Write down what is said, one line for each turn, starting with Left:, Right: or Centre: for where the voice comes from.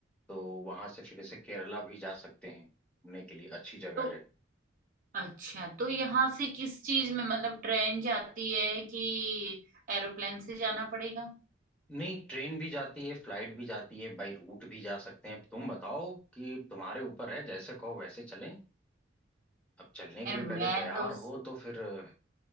Centre: तो वहां से फिर जैसे केरला भी जा सकते हैं घूमने के लिए अच्छी जगह
Right: तो
Centre: है
Right: अच्छा तो यहाँ से किस चीज में मतलब ट्रेन जाती है कि एरोप्लेन से जाना पड़ेगा
Centre: नहीं ट्रेन भी जाती है फ्लाइट भी जाती है बाई रूट भी जा सकते हैं अब तुम बताओ कि तुम्हारे ऊपर है जैसे कहो वैसे चलें अब चलने के
Right: यार
Centre: लिए
Right: मैं
Centre: पहले तैयार
Right: तो
Centre: हो तो फिर अ,